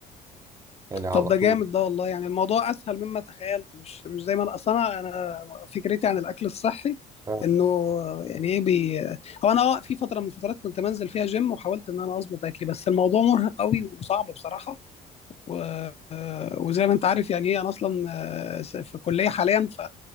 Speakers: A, on the right; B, on the left.
A: يعني على
B: طب ده
A: طول
B: جامد ده والله يعني الموضوع اسهل مما تخيلت مش مش زي ما انا اصلا انا أنا فكرتي عن الاكل الصحي
A: اه
B: انه يعني ايه بي هو انا اه في فتره من الفترات كنت بنزل فيها جيم وحاولت ان انا اظبط اكلي بس الموضوع مرهق قوي وصعب بصراحه و... وزي ما انت عارف يعني ايه انا اصلا آه، في كليه حاليا ف...